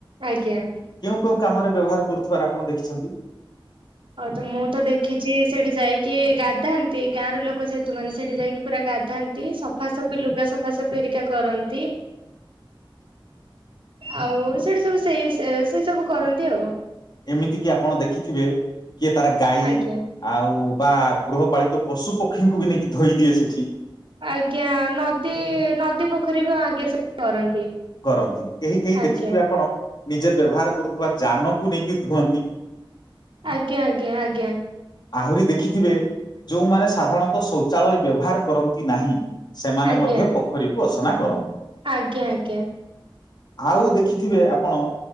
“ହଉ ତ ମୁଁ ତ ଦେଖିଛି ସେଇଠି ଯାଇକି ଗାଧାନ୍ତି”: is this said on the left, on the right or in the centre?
Right